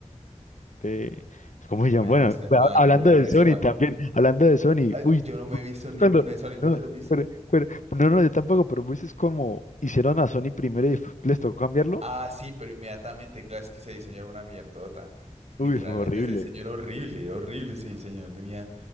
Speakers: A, on the left; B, on the right.
A: de- ¿cómo se
B: ¿Cómo
A: llama?
B: se llama
A: Bueno,
B: ese man?
A: ha- hablando
B: Bueno,
A: de
B: ese
A: Sony
B: man.
A: también, hablando de Sony,
B: Ay,
A: uy,
B: Yo no me he visto ninguna
A: cuando,
B: de Sonic. ¿Vos
A: no,
B: se la has visto?
A: pero- pero- no, no, yo tampoco, pero pues es como hicieron a Sony primero y después les tocó cambiarlo,
B: Ah, sí, pero inmediatamente, claro, es que ese diseño era una mierdota. Literalmente
A: uy, fue horrible,
B: ese diseño era horrible, era horrible ese diseño. No tenía,